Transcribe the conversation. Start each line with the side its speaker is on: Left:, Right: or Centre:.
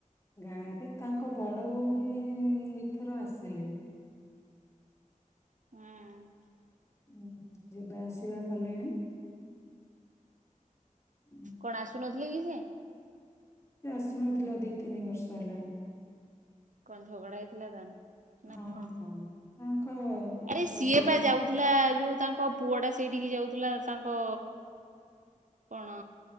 Left: ଗାଁ ର ତାଙ୍କ ବଡ ଭଉଣୀ ଏ, ଏଥର ଆସିଲେ।
Right: ହଁ।
Left: ଉଁ, ଯିବା ଆସିବା କଲେଣି। ଉଁ
Right: କଣ ଆସୁନ? <unintelligible>
Left: ସେ ଆସୁନଥିଲା ଦିଇ ତିନି ବର୍ଷ ହେଲାଣି।
Right: କଣ ଝଗଡ଼ା ହେଇଥିଲା ତାହେନ
Left: ହଁ
Right: ନା କଣ?
Left: <unintelligible> କଣ
Right: ଆରେ
Left: ଘରୋଇ
Right: ସିଏ ପା ଯାଉଥିଲା। ଯୋଉ ତାଙ୍କ ପୁଅ ଟା ସେଇଠିକି ଯାଉଥିଲା ତାଙ୍କ କଣ